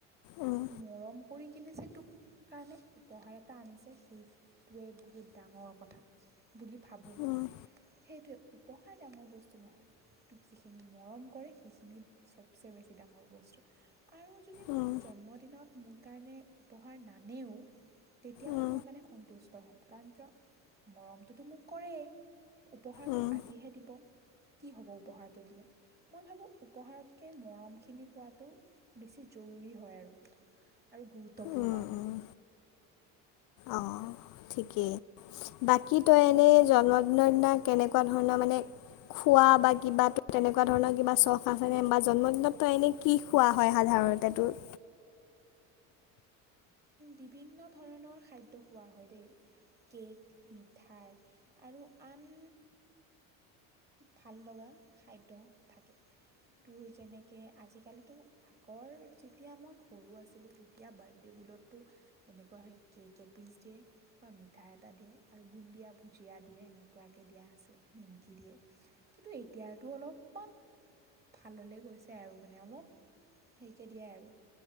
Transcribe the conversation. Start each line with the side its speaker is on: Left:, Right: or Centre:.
Left: উম,
Right: মৰম কৰি। কিনে যে তোক কাৰণে উপহাৰ এটা আনিছে সেই। টোৱে বহুত ডাঙৰ কথা। বুলি ভাবোঁ মই
Left: উম,
Right: সেইটোৱে। উপহাৰ ডাঙৰ বস্তু নহয় তোক যিখিনি মৰম কৰে সেইখিনি চবচে বেছি ডাঙৰ বস্তু আৰু যদি
Left: উম,
Right: মোৰ
Left: উম,
Right: জন্মদিনত মোৰ কাৰণে উপহাৰ নানেও তেতিয়াও
Left: উম,
Right: মই মানে সন্তুষ্ট। হ'ম কাৰণ কিয় মৰমটোতো মোক কৰেই উপহাৰ
Left: উম,
Right: মোক আজিহে দিব। কি হ'ব উপহাৰটো দিলে মই ভাবোঁ উপহাৰতকৈ মৰমখিনি পোৱাটো বেছি জৰুৰী হয় আৰু আৰু গুৰুত্বপূৰ্ণ
Left: উম,
Right: হয়।
Left: উম, অ ঠিকেই বাকী তই এনেই জন্মদিনৰ দিনা কেনেকুৱা ধৰণৰ মানে খোৱা বা কিবা তেনেকুৱা ধৰণৰ কিবা চখ আছেনে বা জন্মদিনত তই এনে কি খোৱা হয় সাধাৰণতে তোৰ
Right: বিভিন্ন ধৰণৰ খাদ্য খোৱা হয় দেই। কেক মিঠাই আৰু আন ভাল লগা খাদ্য থাকে। তোৰ যেনেকে আজিকালিতো আ কৰ যেতিয়া মই সৰু আছিলোঁ তেতিয়া বাৰ্থডে' বুলততো এনেকুৱা হয় কেক এপিচ দিয়ে বা মিঠা এটা দিয়ে আৰু বুন্দিয়া ভুজিয়া দিয়ে এনেকুৱাকৈ দিয়া আছিল নিমকি দিয়ে। কিন্তু এতিয়তো অলপমান ভাললে গৈছে আৰু মানে অলপ হেৰিকে দিয়ে আৰু